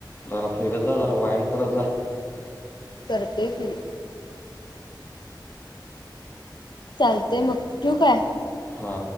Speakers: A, on the left (about 25°); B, on the left (about 65°).
A: जरा फिरत जा, जरा व्यायाम करत जा.
B: करते कि. चालतय मग, ठिऊ का?
A: हा.